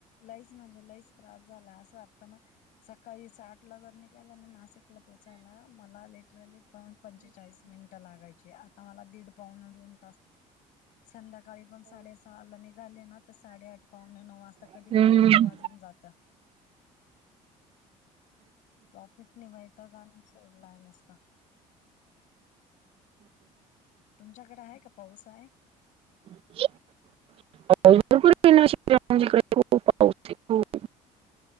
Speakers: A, on the left; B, on the right.
A: लईच म्हणजे लईच त्रास झाला असं वाटतं ना. सकाळी सातला जर निघाल ना नाशिक ला पोचायला मला लिटरली पाऊण पंचेचाळीस मिनिटं लागायची. आता मला दीड पाऊणे दोन संध्याकाळी पण साडे सहाला निघाले ना तर साडेआठ पाहुणे नऊ वाजता, कधी
B: हम्म
A: कधी नऊ वाजून जातं. ट्रॉफिक ने वैताग आणून सोडलाय नुसता. तुमच्याकडे आहे का पाऊस आहे.
B: <unintelligible> खुप पाऊस हाय खूप.